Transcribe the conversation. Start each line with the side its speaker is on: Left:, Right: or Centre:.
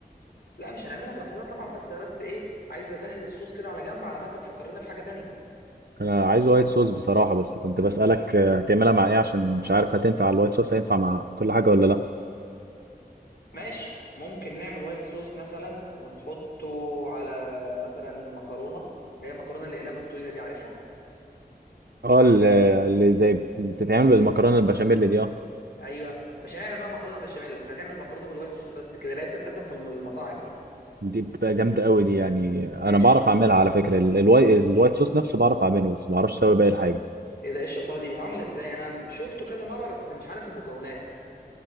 Left: لا مش هنعملها لوحدها طبعا بس انا بس ايه عايز اجهز الصوص كده على جنب على ما انت تفكرنا في حاجه تانية
Right: انا عايز وايت صوص بصراحه بس كنت بسالك آه، هتعملها مع ايه عشان مش عارف هتنفع على الوايت صوص هينفع مع كل حاجه ولا لا
Left: ماشي ممكن نعمل وايت صوص مثلا ونحطه على مثلا مكرونه اللي هي المكرونه الاقلام الطويله دي عارفها
Right: اه ال- اللي زي اللي بتتعمل بالمكرونه البشاميل دي اه
Left: ايوه مش هنعمل بقى مكرونه بشاميل احنا هنعمل مكرونه بالوايت صوص بس كده اللي هي بتتقدم في المطاعم دي
Right: دي بتبقى جامده قوي دي يعني
Left: ماشي
Right: انا بعرف اعملها على فكره ال- الواي الوايت صوص نفسه بعرف اعمله بس ما بعرفش اسوي باقي الحاجه
Left: ايه ده ايه الشطاره دي بيتعمل ازاي انا شفته كذا مره بس مش عارف المكونات